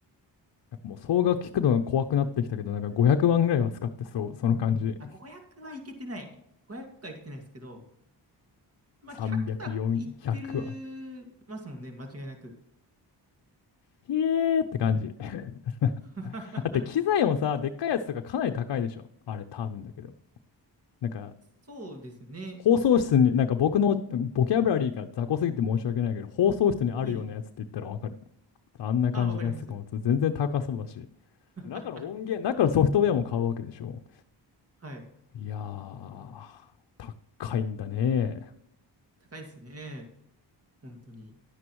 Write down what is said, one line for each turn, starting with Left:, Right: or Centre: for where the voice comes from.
Left: なんかもう総額聞くのが怖くなってきたけど、なんか500万ぐらいは使ってそう、その感じ。
Right: あ、500はいけてない。500はいけてないですけど、まあ、
Left: 300、
Right: 100はいってるますもんね、
Left: 400は。
Right: 間違いなく。
Left: ひえーって感じ。<laughs> だ
Right: <laughs>
Left: って機材もさ、でっかいやつとかかなり高いでしょ。あれ多分だけど。なんか
Right: そうですね。
Left: 放送室に、なんか僕のボキャブラリーが雑魚すぎて申し訳ないけど、放送室にあるようなやつって言ったらわかる。
Right: いえ。
Left: あんな感じのやつとかも全然高そうだし。
Right: あ、わかります。<laughs>
Left: 中の音源、中のソフトウェアも買うわけでしょ。
Right: はい。
Left: いやー、高いんだね。
Right: 高いですね。本当に。